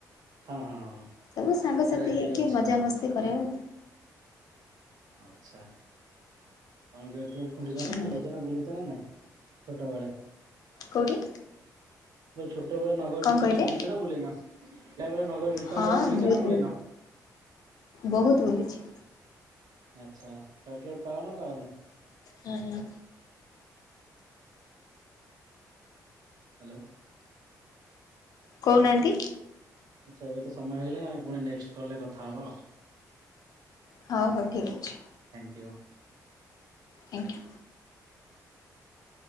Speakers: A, on the right; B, on the left.
A: ହଁ ହଁ ହଁ
B: ସବୁ ସାଙ୍ଗସାଥି
A: ସେଇଟା ଏବେ
B: ହେଇକି
A: ବି ଅଛି
B: ମଜା
A: ହଁ
B: ମସ୍ତି କରେ ଆଉ।
A: ଆଚ୍ଛା। ତମ <inaudible> ଖୁଣ୍ଟିଛ
B: ହୁଁ
A: ଯାଇଚ ନା ବୁଲିଚ ନା ନାଇଁ। ଛୋଟବେଳେ।
B: କଉଠି?
A: ଛୋଟ ବେଳେ ନଗର କୀର୍ତ୍ତନ
B: କହିଲେ?
A: ବୁଲିଚ ନା ବୁଲିନ? ଯା ବଳେ ନଗର କୀର୍ତନରେ
B: ହଁ
A: ବୁଲିଛ
B: ବହୁତ
A: ନା ବୁଲିନ?
B: ବହୁତ ବୁଲୁଚି।
A: ଆଚ୍ଛା। ଚକଲେଟ ପାଓନା ପାଉନି?
B: ହଁ ହଁ।
A: ହ୍ୟାଲୋ।
B: କଉନାଆନ୍ତି।
A: ଆଚ୍ଛା ଏବେ ତ ସମୟ ହେଇଗଲାଣି, ଆମେ ପୁଣି ନେକ୍ସଟ୍ କଲରେ କଥା ହବା ଆଉ।
B: ହଉ ହଉ ଠିକ୍ ଅଛି।
A: ଥାଇଁକ୍ୟୁ।
B: ଥ୍ୟାଙ୍କୟୁ।